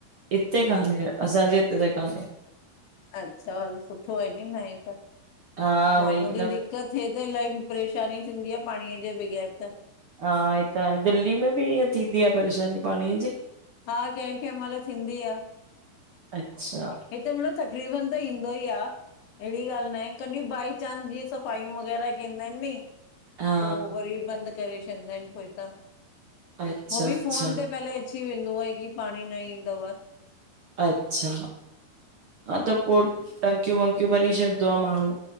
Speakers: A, on the right; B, on the left.
A: हिते कान्हे, असांजे हिते त कान्हे।
B: अच्छा हल सुठो आहे नी न आ हे त
A: हा
B: माण्हूअ
A: वई मतलब
B: जी दि त थिए त इलाही परेशानी थींदी आ पाणीअ जे बगैर त
A: हा, हे तां आहे दिल्ली में बि ईअं थींदी आ परेशानी पाणीअ जी
B: हा कंहिं कंहिं महिल थींदी आ।
A: अच्छा
B: हिते मतिलब तकरीबन त ईंदो ई आ। अहिड़ी ॻाल्हि न आहे कॾहिं बाए चांस जीअं सफ़ायूं वग़ैरह कंईंदा आहिन नी।
A: हा
B: पोइ वरी बंदि करे छॾींदा आहिन पोइतां।
A: अच्छा
B: हो
A: अच्छा
B: बि फोन ते पहले अची वेंदो आहे की पाणी न ईंदव।
A: अच्छा हा त पोइ टंकियूं वंकियूं भरी छॾंदो आ माण्हू।